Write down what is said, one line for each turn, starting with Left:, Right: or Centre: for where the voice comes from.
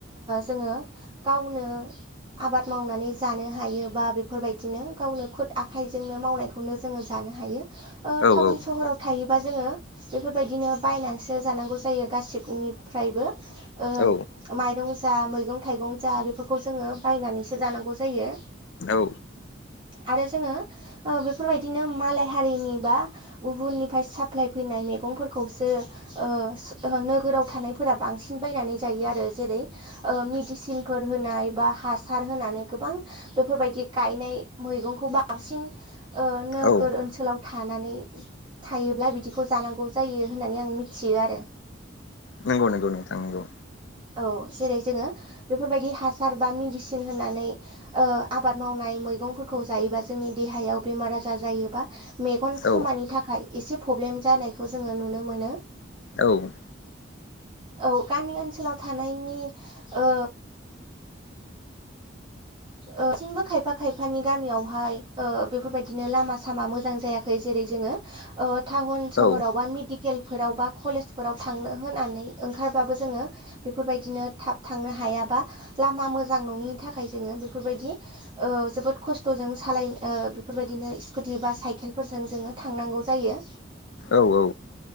Right: जोङो गावनो आबाद मावनानै जानो हायो बा बेफोरबायदिनो गावनो खुद आखाइजोंनो मावनायखौनो जोङो जानो हायो ओ
Left: औ
Right: टाउन सहराव थायोबा जोङो बेफोरबायदिनो बायनानैसो जानांगौ जायो गासिबनिफ्रायबो। ओ
Left: औ
Right: माइरं जा मैगं थाइगं जा बेफोरखौ जोङो बायनानैसो जानांगौ जायो
Left: औ
Right: आरो जोङो ओ बेफोरबायदिनो मालाय हारिनि बा गुबुननिफ्राय साफ फ्लाय फैनाय मैगंफोरखौसो ओ सो नोगोराव थानाय फोरा बांसिन बायनानै जायो आरो जेरै ओ मिडिसिनफोर होनाय बा हासार होनानै गोबां बेफोरबायदि गायनाय मैगंखौ बांसिन ओ नोगोर
Left: औ
Right: ओनसोलाव थानानै थायोब्ला बिदिखौ जानांगौ जायो होननानै आं मिथियो आरो
Left: नोंगौ नोंगौ नोंथां नोंगौ
Right: औ जेरै जोङो बेफोरबायदि हासार बा मिडिसिन होनानै ओ आबाद मावनाय मैगंफोरखौ जायोबा जोंनि देहायाव बेमार आजार जायोबा मेगन खोमानि
Left: औ
Right: थाखाय एसे प्रब्लेम जानायखौ जोङो नुनो मोनो।
Left: औ।
Right: औ गामि ओनसोलाव थानायनि ओ ओ थिंबो खायफा खायफानि गामियावहाय ओ बेफोरबायदिनो लामा सामा मोजां जायाखै। जेरै जोङो ओ थावन सहराव
Left: औ
Right: बा मेडिक केल बा कलेजफोराव थांनो होनानै ओंखारबाबो जोङो बेफोरबायदिनो थाब थांनो हायाबा लामा मोजां नङिनि थाखाय जोङो बेफोरबायदि ओ जोबोद खस्थ'जों सालाय ओ बेफोरबायदिनो स्कुटि बा साइकेलफोरजों जोङो थांनांगौ जायो
Left: औ-औ